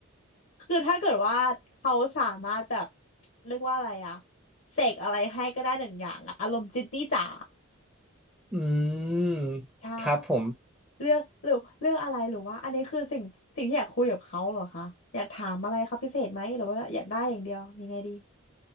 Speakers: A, on the left; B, in the centre.
A: คือถ้าเกิดว่าเขาสามารถแบบเรียกว่าอะไรอะเสกอะไรให้ก็ได้หนึ่งอย่างอะอารมณ์จินนี่จ๋า
B: อืมครับผม
A: ใช่เลือกหรือเลือกอะไรหรือว่าอันนี้คือสิ่งสิ่งที่อยากคุยกับเขาเหรอคะอยากถามอะไรคขาพิเศษไหมหรือว่าอยากได้อย่างเดียวยังไงดี